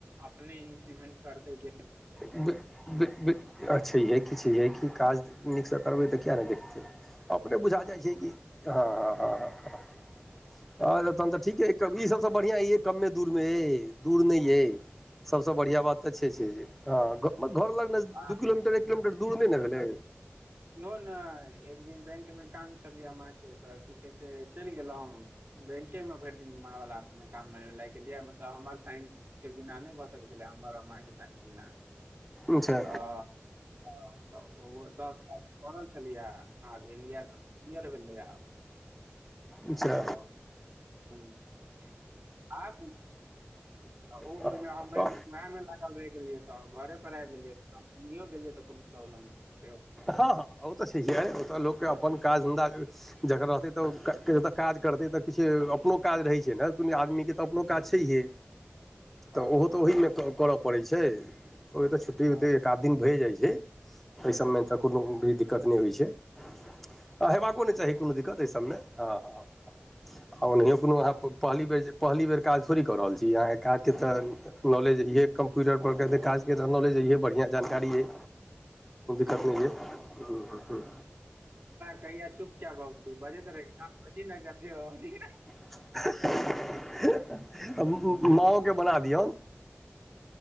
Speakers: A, on the right (about 65°); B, in the centre.
A: अपने इंट्रूमेंट करतै कि
B: दि-दि-दि। आ छैहिये कि छैहिये कि काज नीक से करबै तऽ किया नै देखतै, अपने बुझा
A: आ
B: जा छै कि हां-हां-हां-हां-हां और तहन तऽ ठीकै तब ई सबसे बढ़ियाँ इहे कमे दूरमे ए दूर नै ये। सबसे बढ़ियाँ बात तऽ छै छै जे हाँ ग म घर लग नजदी
A: आ
B: दू किलोमीटर, एक किलोमीटर दूर नै-नै भेलै।
A: इहौ नै एक दिन बैंक मे काम छलियै माय के तऽ की कहै छै चेल गेलौ। बैंके मे भैर दिन मां वला में काम मे लाएग गेलियै, मतलब हमर साइन के बिना नै भ सकै छलै, हमर और मां के साइन के बिना।
B: अच्छा
A: त हां त उहो दस ता दौरल छलियै, आब एलियै तऽ क्लियर भेलै आब।
B: अच्छा
A: तऽ हुँ आब तऽ ओ
B: अच्छा
A: ओय मे हम भैर दिन उहाए में लागल रेह गेलियै तऽ घरे पर आएब गेलियै तहन नहियो गैलिये ते कुनू प्रॉब्लम ते ओ
B: हां-हां ओ तऽ छैहिये अरे ओ तऽ लोक के अपन काज-धन्धा के जकर रहतै तऽ ओकरा के काज करतै तऽ किछु अपनो काज रहै छै नै कुनू आदमीके तऽ अपनो काज छैहये।
A: हँ
B: तऽ उहो
A: हँ
B: तऽ ओहिमे क करा पड़ै छै, ओय मे तऽ छुट्टी-उट्टी
A: हँ
B: एक-आध दिन भए जाय छै तै से तऽ कुनू भी दिक्कत नै होय छै आ हेबाको नै चाही कुनू दिक्कत ए सबमे। हाँ-हाँ-हाँ आ ओनहियो कुनू अहाँ प पहली बेर जे पहली बेर काज थोड़ी कऽ रहल छी, आय एकरा आर के तऽ नॉलेज इहे कम्प्यूटर पर के जे काज के जौ नॉलेज इहे बढ़ियाँ जानकारी अय।
A: हूँ
B: कत नै
A: हूँ
B: या हुं हुं।
A: कैहिया चुप किया भ गेली, बजैत रही ना बजी ना जाके <unintelligible>
B: <unintelligible> माँओे के बना दियौ।